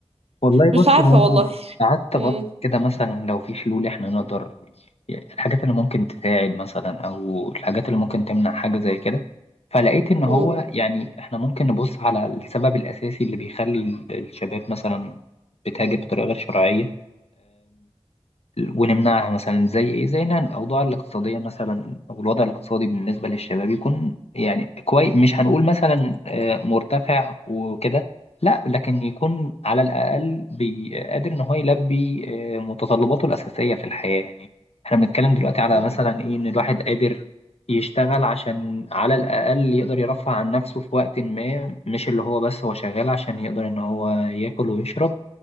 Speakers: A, on the left; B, on the right.
A: والله بصي
B: مش عارفة
A: هو أنا
B: والله
A: قعدت
B: مم.
A: أفكر كده مثلا لو في حلول إحنا نقدر الحاجات اللي ممكن تساعد مثلا أو الحاجات اللي ممكن تمنع حاجة زي كده فلقيت إن هو
B: مم.
A: يعني إحنا ممكن نبص على السبب الأساسي اللي بيخلي ال- الشباب مثلا بتهاجر بطريقة غير شرعية ونمنعها مثلا زي ايه زي ان الاوضاع الاقتصاديه مثلا او الوضع الاقتصادي بالنسبه للشباب يكون يعني كويس مش هنقول مثلا آه، مرتفع وكده لا لكن يكون على الاقل بي- قادر ان هو يلبي آه، متطلباته الاساسيه في الحياه يعني احنا بنتكلم دلوقتي على
B: مم.
A: مثلا ايه ان الواحد قادر يشتغل عشان على الاقل يقدر يرفع عن نفسه في وقت ما مش اللي هو بس هو شغال عشان يقدر ان هو ياكل ويشرب